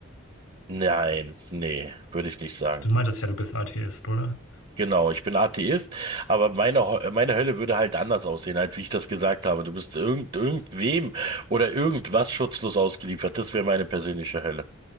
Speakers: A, on the right (about 40°); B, on the left (about 90°).
A: Nein, nee, würde ich nicht sagen.
B: Du meintest ja, du bist Atheist, oder?
A: Genau, ich bin Atheist, aber meine, Ho- äh, meine Hölle würde halt anders aussehen, halt wie ich das gesagt habe. Du bist irgend, irgendwem oder irgendwas schutzlos ausgeliefert. Das wäre meine persönliche Hölle.